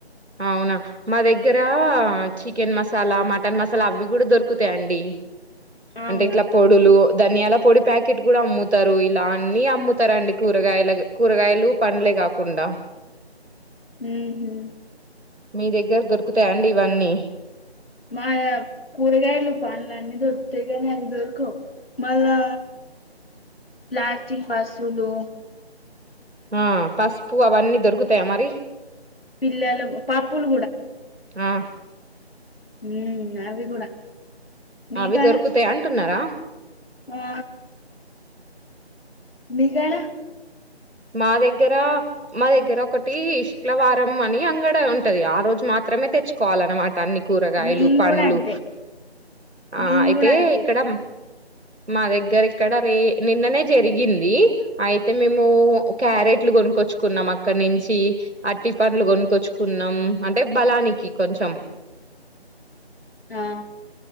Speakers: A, on the right (about 80°); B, on the left (about 60°).
A: అవునా మా దగ్గర ఆ చికెన్ మస మసాలా మటన్ మసాలా అవి కూడా దొరుకుతాయండి
B: అవునా
A: అంటే ఇట్ల పొడులు ధనియాల పొడి ప్యాకెట్ కూడా అమ్ముతారు ఇలా అన్ని అమ్ము వస్తారండి కూరగాయల్ కూరగాయలు పండ్లే కాకుండా
B: ఉహు
A: మీ దగ్గర దొరుకుతాయండి ఇవన్నీ
B: మా కూరగాయలు పనులు అన్ని దొరుకుతాయి కాగాని అయి దొరకవుమళ్ళా ప్లాస్టిక్ వస్తువులు
A: ఆ పసుపు అవన్నీ దొరుకుతాయా మరి
B: పిల్లలు పప్పులు
A: ఆ
B: హ్మ్ అది కూడా మీకానా
A: అవి దొరుకుతాయి అంటున్నారా
B: ఆ మీకానా
A: మా దగ్గర మా దగ్గర ఒకటి శుక్లవారం అని అంగడ ఉంటది ఆ రోజు మాత్రమే తెచ్చుకోవాలన్నమాట అన్ని కూరగాయలు
B: మేం
A: పండ్లు
B: కూడా అంతే
A: ఆ
B: మేం
A: అయితే
B: కూడా అంతే
A: ఇక్కడ మా దగ్గర ఇక్కడ రే నిన్ననే జరిగింది అయితే మేము క్యారెట్లు కొనుక్కొచ్చ తెచ్చుకున్నాం అక్కడి నుంచి అట్టి పనులు కొనుక్కో చ్చు కున్నాం అంటే బలానికి కొంచెం
B: ఆ